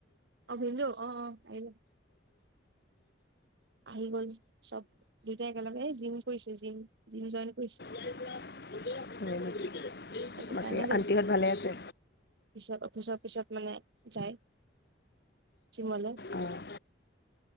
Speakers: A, on the right; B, on the left.
A: অ ভিনদেউ অ অ আহিলে। আহি গ'ল চব দুয়টাই একেলগে জিম কৰিছে জিম জিম জইন কৰিছে
B: <unintelligible>
A: সেইটো
B: বাকী
A: কাৰণে গলো
B: আণ্টিহঁত ভালে আছে
A: পিছত অফিচৰ পিছত মানে যায় জিমলে
B: অঁ